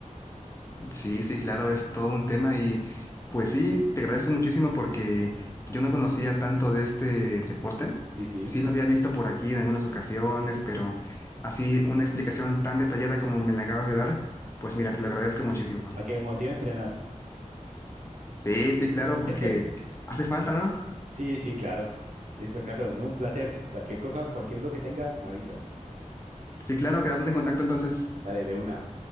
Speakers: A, on the left (about 20°); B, on the right (about 75°).
A: Sí, sí, claro, es todo un tema y pues sí, te agradezco muchísimo porque yo no conocía tanto de este deporte.
B: Sí, sí,
A: Sí lo había visto por aquí en algunas ocasiones,
B: <laughs>
A: pero así una explicación tan detallada como me la acabas de dar, pues mira, te lo agradezco muchísimo.
B: para que me motive a entrenar.
A: Sí, sí, claro, porque
B: <laughs>
A: hace falta, ¿no?
B: Sí, sí, claro. Listo, Carlos, no, un placer. Cualquier cosa, cualquier duda que tengas, me avisas.
A: Sí, claro, quedamos en contacto entonces.
B: Dale, de una.